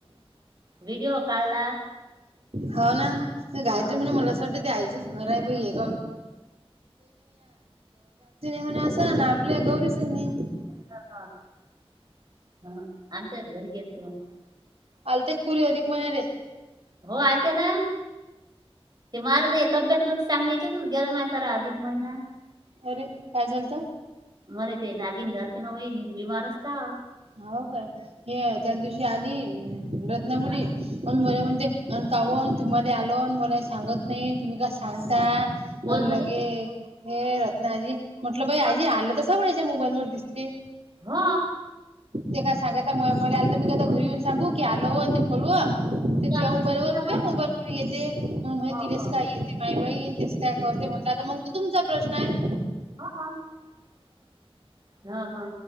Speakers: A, on the right; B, on the right.
A: व्हिडिओ काढला.
B: हो ना ते गायत्री
A: हो
B: म्हणणे <unintelligible> घरा आहे बई हे <unintelligible> म्हणे अस ना आपल्या गौरी. स नाही.
A: <unintelligible>
B: आलतेत पुरी अधिक महिन्याले.
A: हो आलते ना. ते मला तर या तब्येत न सांगण्या याच्यात गेला मासारा अधिक महिना.
B: अरे काय झालत.
A: म ते नागिन घर क बीमा र असता.
B: हो काय? हे त्या दिवशी आली <unintelligible> म्हणजे
A: हा?
B: अ कावन तुम्हाला आलोन मला सांगत नाही तुम्ही का सांगता.
A: कोण
B: अ
A: म्हणे
B: लगे हे रत्नाजी म्हंटलं बाई आजी
A: हा,
B: आलं तर सगळे. मोबाईलवर दिसते.
A: हा‌.
B: ते काय सांगाय म आलं तर मी घरी येऊन सांगू की हलव ते फोलव तेया
A: चार दिसतीस
B: मोबाईल व
A: ना
B: तू
A: मग
B: मोबाईल वर येते म माहिती
A: हो
B: कस
A: हो
B: काय माई बहीण तेच काय करते म्हटलं तर मग तू तुमचा प्रश्न आहे.
A: <unintelligible> हा हा.